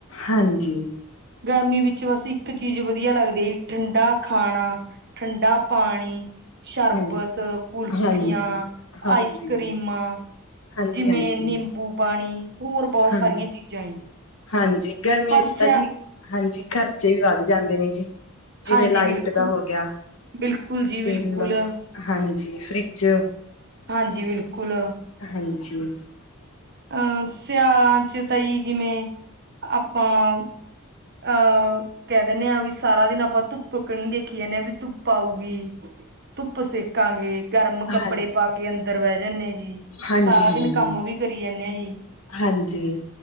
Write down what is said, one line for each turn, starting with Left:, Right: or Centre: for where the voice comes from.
Left: ਹਾਂਜੀ।
Right: ਗਰਮੀ ਵਿੱਚ ਬਸ ਇੱਕ ਚੀਜ਼ ਵਧੀਆ ਲੱਗਦੀ ਆ ਜੀ, ਠੰਡਾ ਖਾਣਾ ਠੰਡਾ ਪਾਣੀ। ਸ਼ਰਬਤ,
Left: ਹਾਂ
Right: ਕੁਲਫੀਆਂ,
Left: ਹਾਂਜੀ ਹਾਂਜੀ
Right: ਆਈਸ ਕਰ੍ਰੀਮਾਂ।
Left: ਹਾਂਜੀ
Right: ਜਿਵੇਂ ਨਿੰਬੂ ਪਾਣੀ, ਹੋਰ ਬਹੁਤ
Left: ਹਾਂਜੀ
Right: ਸਾਰੀਆਂ
Left: ਹਾਂ
Right: ਚੀਜ਼ਾਂ।
Left: ਹਾਂਜੀ ਗਰਮੀਆਂ
Right: ਪਰ
Left: ਚ ਤਾਂ
Right: ਸਿਆ
Left: ਜੀ, ਹਾਂਜੀ ਖਰਚੇ ਵੀ ਵੱਧ ਜਾਂਦੇ ਨੇ ਜੀ। ਜਿਵੇਂ
Right: ਹਾਂਜੀ
Left: ਲਾਈਟ
Right: ਬਿਲਕੁਲ
Left: ਦਾ ਹੋ ਗਿਆ,
Right: ਬਿਲਕੁਲ ਜੀ ਬਿਲਕੁਲ
Left: ਬਿੱਲ ਹਾਂਜੀ ਫਰਿੱਜ
Right: ਹਾਂਜੀ, ਬਿਲਕੁਲ।
Left: ਹਾਂਜੀ।
Right: ਅਂ, ਸਿਆਲਾਂ'ਚ ਤਾਂ ਜੀ, ਜਿਵੇਂ, ਆਪਾਂ ਅਹ ਕਹਿ ਦਿੰਨੇ ਆ, ਵੀ ਸਾਰਾ ਦਿਨ ਆਪਾਂ, ਧੁੱਪ ਕਿਣੀ ਦੇਖੀ ਜਾਂਦੇ, ਹਾਂ ਵੀ ਧੁੱਪ ਆਊਗੀ।
Left: <inaudible>
Right: ੱਪ ਸੇਕਾਂਗੇ, ਗਰਮ
Left: ਹਾਂ
Right: ਕੱਪੜੇ ਪਾਕੇ ਅੰਦਰ ਬਹਿ ਜਾਂਨੇ ਆ ਜੀ। ਜੀ,
Left: ਹਾਂਜੀ
Right: ਸਾਰਾ
Left: ਹਾਂਜੀ
Right: ਦਿਨ ਕੰਮ ਵੀ ਕਰੀ ਜਾਨੇ ਆ ਜੀ।
Left: ਹਾਂਜੀ